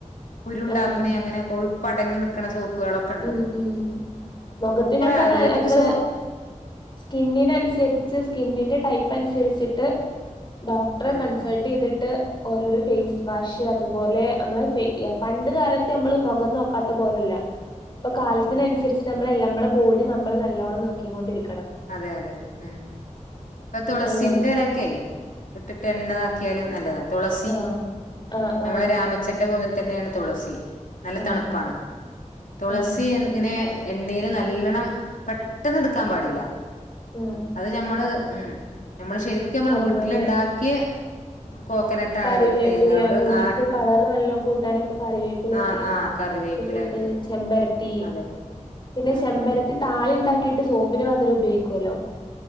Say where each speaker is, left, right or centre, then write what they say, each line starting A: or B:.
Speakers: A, on the left; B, on the left.
A: കുരുണ്ടാക്ക്ണീ
B: ആഹ്
A: അങ്ങനെ കൊഴുപ്പടങ്ങി നിക്ക്ണെ സോപ്പാളൊക്കെ
B: ഉം ഉം. മൊഖത്തിനൊക്കെ
A: ആയുർവേദിക്
B: ന നമ്മള്
A: സോപ്പ്
B: സ്കിന്നിനനുസരിച്ച് സ്കിന്നിന്റെ ടൈപ്പനുസരിച്ചിട്ട് ഡോക്ടറെ
A: ആഹ്
B: കൺസൾട്ടെയ്തിട്ട്
A: ആഹ്
B: ഓരോരൊ ഫെയ്സ് വാഷ് അതുപോലെ, നമ്മളെ ഫെയ് പണ്ട് കാലത്ത് നമ്മള് മൊഖം നോക്കാത്ത പോലല്ല ഇപ്പൊ കാലത്തിനനുസരിച്ച്ട്ട്
A: ആഹ്
B: നമ്മള് നമ്മളെ ബോഡി നമ്മള് നല്ലോണം നോക്കിം കൊണ്ടിരിക്കണം.
A: അതെ അതെ ഉം. ഇപ്പൊ തുളസിന്റെലൊക്കെ
B: ആഹ്
A: ഇട്ട്ട്ട് എണ്ണതാക്കിയാല് നല്ലതാണ്. തുളസി
B: ആഹ് ആഹ്
A: നമ്മളെ
B: ആഹ്
A: രാമ ച്ചന്റെ പോലെ തന്നെയാണ് തുളസി. നല്ല
B: ആഹ്
A: തണുപ്പാണ്. തുളസി
B: ആഹ്
A: ഇങ്ങനെ എണ്ണീല് നല്ലൊണം പെട്ടെന്ന്ട് ക്കാൻ പാടില്ല
B: ഉം
A: അത് ഞമ്മള് ഉം. നമ്മള് ശരിക്ക് നമ്മള്
B: അതുപോലെ
A: വീട്ടില്ണ്ടാക്ക്യെ കോക്കനട്ട്
B: കറിവേപ്പില
A: ആണെങ്കിൽ തേങ്ങ കൊണ്ട്
B: മുടിക്ക്
A: ആ
B: കളറ് നല്ലോം കൂട്ടാനൊക്കെ കറിവേപ്പിലൊക്കെ
A: ആഹ് ആഹ് കറിവേപ്പില
B: ഇട്ടിട്ട്
A: പറ്റും
B: ചെമ്പരത്തീ,
A: അതെ
B: പിന്നെ
A: ആഹ്
B: ചെമ്പരത്തി
A: ആഹ്
B: താളിണ്ടാക്കീട്ട് സോപ്പിന് പകരം ഉപയോഗിക്കോലോ